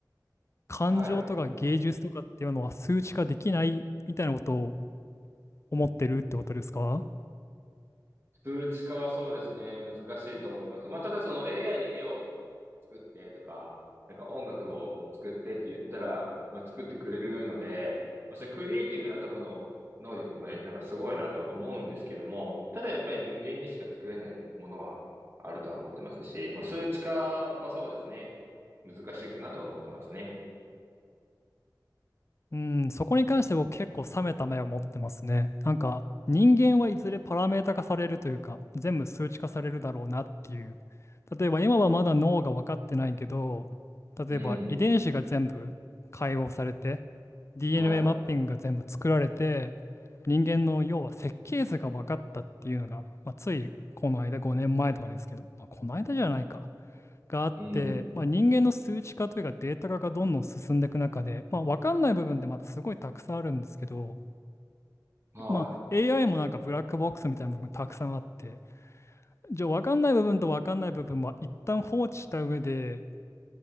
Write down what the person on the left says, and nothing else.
感情とか芸術とかっていうのは数値化できないみたいなことを
思ってるってことですか
うん、そこに関して僕結構冷めた目を持ってますね。なんか人間はいずれパラメータ化されるというか全部数値化されるだろうなっていう。例えば今はまだ脳が分かってないけど、例えば遺伝子が全部解放されて
DNA
マッピングが全部作られて人間の要は設計図が分かったっていうのが、まあ、ついこの間5年前とかですけど、まあ、この間じゃないか。があって、
まあ、人間の数値化というかデータ化がどんどん進んでいく中で、まあ、分かんない部分でまだすごいたくさんあるんですけど、
まあ、AI もなんかブラックボックスみたいな部分たくさんあってじゃあ分かんない部分と分かんない部分は一旦放置した上で